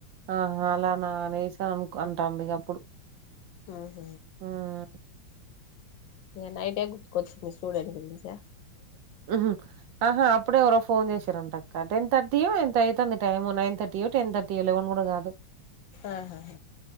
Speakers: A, on the right; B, on the left.
A: ఆ అలానా అనేసి అ అంటాండు ఇగ అప్పుడు
B: ఆహ
A: ఉమ్,
B: ఇగ నైటే గుర్తుకొచ్చింది స్టూడెంట్ గురించా
A: ఉ ఆహా అప్పుడే ఎవరో ఫోన్ చేసిరంట క టెన్ థర్టీయో ఎంత అయితాంది టైమ్ నైన్ థర్టీయో టెన్ థర్టీయో లెవెన్ కూడా కాదు
B: ఆహా